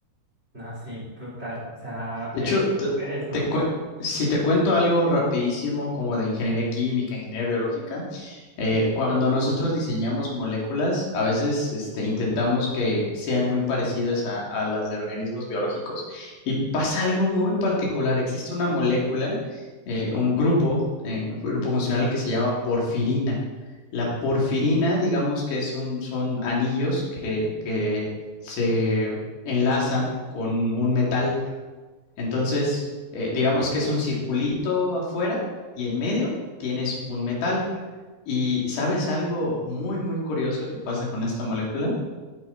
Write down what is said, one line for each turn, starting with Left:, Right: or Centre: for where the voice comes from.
Right: No, sí, brutal. O sea,
Left: De
Right: el
Left: hecho, te-
Right: ver eso.
Left: te
Right: Ok,
Left: cue- si te cuento algo rapidísimo como de ingeniería química, ingeniería biológica, eh, cuando nosotros diseñamos moléculas, a veces este, intentamos que sean muy parecidas a, a las de organismos biológicos. Y pasa algo muy particular. Existe una molécula, eh, un grupo, eh, un grupo funcional que se llama porfirina. La porfirina, digamos que es un, son anillos que, que se enlazan con un metal. Entonces, eh, digamos que es un circulito afuera y en medio tienes un metal. ¿Y sabes algo muy, muy curioso que pasa con esta molécula?